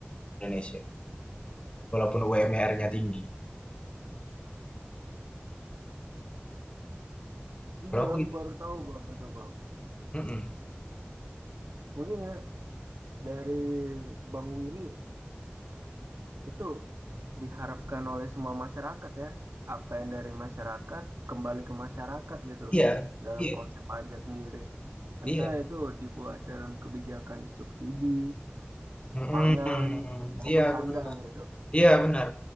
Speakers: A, on the left; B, on the right.
A: di Indonesia, walaupun UMR-nya tinggi.
B: Jujur
A: Kalau aku
B: aku
A: gitu,
B: baru tahu Bang itu Bang.
A: Mm-mm.
B: Mungkin ya dari Bang Willy itu diharapkan oleh semua masyarakat ya. Apa yang dari masyarakat kembali ke masyarakat gitu
A: Iya,
B: dalam
A: iya,
B: konsep pajak sendiri.
A: iya,
B: Entah itu dibuat dalam kebijakan subsidi,
A: Mm-mm.
B: pangan, maupun
A: Iya,
B: sandang
A: benar.
B: gitu.
A: iya benar.